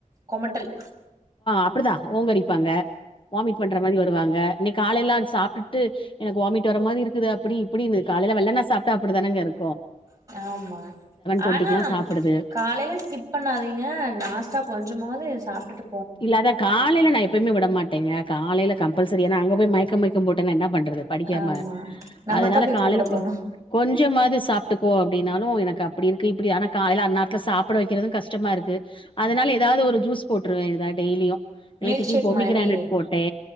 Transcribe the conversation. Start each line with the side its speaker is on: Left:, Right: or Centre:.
Right: கொமட்டல்
Left: அப்படிதா ஓங்கரிப்பாங்க வாமிட் பண்ற மாரி வருவாங்க இன்னை காலையிலா சாப்டுட்டு எனக்கு வாமிட் வர மாதிரி இருக்குது அப்படி இப்படி இருது காலைல வெள்ளன சாப்ட்டா அப்டிதானேங்க இரு
Right: ஆமா
Left: டுவெண்டிக்குல்லா
Right: ஆனா
Left: சாப்டுது
Right: காலையில ஸ்கிப் பண்ணாதீங்க நா பாஸ்தா கொஞ்சமாவது சாப்டுட்டு
Left: இல்ல அத காலையில நா எப்பயுமே விடமாட் டேங்க காலைல கம்பல்சரி ஏனா அங்க போய மயக்கம் மயக்கம் போட்டேனா என்ன பண் ன்றது படிக்காம
Right: ஆமா நம்மத்தா
Left: அதனால
Right: போய்
Left: காலையில
Right: கூப்ட போனு
Left: கொஞ்சமாது சாப் டுக்கோ அப்படின்னாலு எனக்கு அப்படி இருக்கு இப்பிடி ஆனா காலைல அந்நார்த்துல சாப்பிட வைக்கிறது கஷ்டமா இருக்கு அதனால ஏதாவது ஒரு ஜூஸ் போட்டு ட்ருவே ஏதா டெய்லியு நேத்திக்கு
Right: மில்க் ஷேக்
Left: பொமிகிரானட்
Right: மாரி
Left: போட்டே